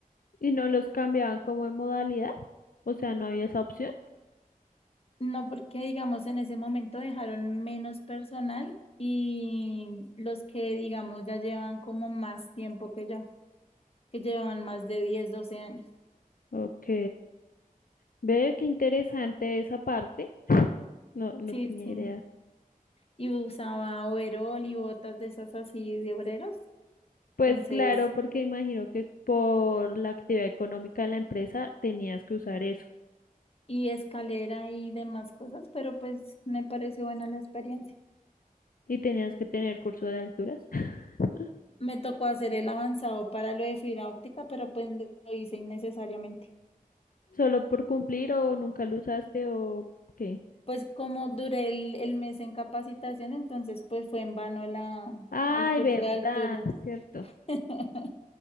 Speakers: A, on the left; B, on the left.
A: ¿Y no los cambiaban como de modalidad? O sea, no había esa opción.
B: No, porque digamos en ese momento dejaron menos personal y los que digamos ya llevan como más tiempo que yo, que llevan más de 10 12 años.
A: Ok. Veo qué interesante esa parte. No, no
B: Sí,
A: tenía
B: sí.
A: idea.
B: Y usaba overol y botas de esas así de obreros
A: Pues
B: Entonces,
A: claro, porque imagino que por la actividad económica de la empresa tenías que usar eso
B: y escalera y demás cosas, pero pues me pareció buena la experiencia.
A: y tenías que tener curso de alturas. <laughs>
B: Me tocó hacer el avanzado para lo de fibra óptica, pero pues lo lo hice innecesariamente.
A: Solo por cumplir o nunca lo usaste o qué.
B: Pues como duré el, el mes en capacitación, entonces pues fue en vano la,
A: Ay,
B: el curso
A: verdad,
B: de alturas.
A: cierto.
B: <laughs>